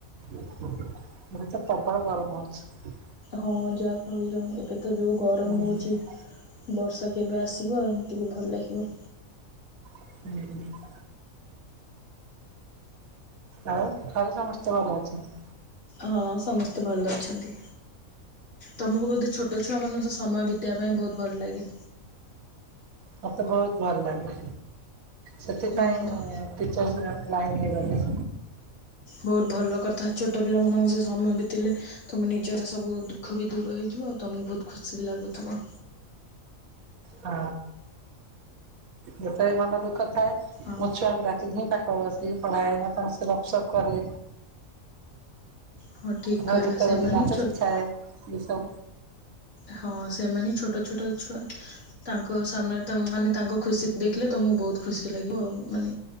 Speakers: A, on the right (about 85°); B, on the left (about 60°).
A: ଏବେତ ପ୍ରବଳ ଗରମ ହଉଚି।
B: ହଁ ଯାହା କହିଲ ଏବେ ତ ଯୋଉ ଗରମ
A: ହୁଁ
B: ହଉଚି। ବର୍ଷା କେବେ ଆସିବ ଟିକେ ଭଲ ଲାଗିବ।
A: ହୁଁ। ଆଉ ଘରେ ସମସ୍ତେ ଭଲ ଅଛନ୍ତି?
B: ହଁ ସମସ୍ତେ ଭଲ ଅଛନ୍ତି। ତମକୁ ବୋଧେ ଛୋଟ ଛୁଆ ମାନଙ୍କ ସମୟ ବିତାଇବା ପାଇଁ ବହୁତ୍ ଭଲ ଲାଗେ?
A: ମତେ ବହୁତ୍ ଭଲ ଲାଗେ, ସେଥିପାଇଁ
B: ହଁ ଭ
A: ଟିଚରର୍ସ ଲାଇନ୍ ରେ ଗଲି।
B: ବହୁତ ଭଲ କଥା। ଛୋଟ ପିଲାମାନଙ୍କ ସହ ସମୟ ବିତେଇଲେ ତମ ନିଜର ସବୁ ଦୁଖ୍ ଖ ବି ଦୂର ହେଇଯିବ ଆଉ ତମକୁ ବହୁତ୍ ଖୁସି ବି ଲାଗୁଥିବ।
A: ଆ ଯେତେବେଳେ ମନ ଦୁଃଖ ଥାଏ ମୁଁ
B: ଆଉ
A: ଛୁଆଙ୍କୁ ଡାକିଥାଏ। ମୁ ପା ଠ ବସିକି ପଢାଏ। ତାଙ୍କ ସହ ଗପ ସପ କରେ।
B: ହଁ ଠିକ୍
A: ନହେଲେ
B: କହିଲ।
A: ଗୀତ
B: ସେମାନେ
A: ବଜେଇ ନାଚ
B: ଛୋଟ-୍-
A: ଶିଖାଏ ଏସବୁ
B: ହଁ ସେମାନେ ହିଁ ଛୋଟ ଛୋଟ ଛୁଆ। ତାଙ୍କ ସାମ୍ନାରେ ତମ ମାନେ ତାଙ୍କ ଖୁସି ଦେଖିଲେ ତମକୁ ବହୁତ୍ ଖୁସି ଲାଗିବ ଆଉ ମାନେ